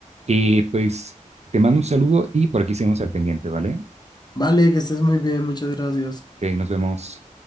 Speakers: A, on the right; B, on the left.
A: Y pues te mando un saludo y por aquí seguimos al pendiente, ¿vale?
B: vale, que estés muy bien, muchas gracias.
A: Ok, nos vemos.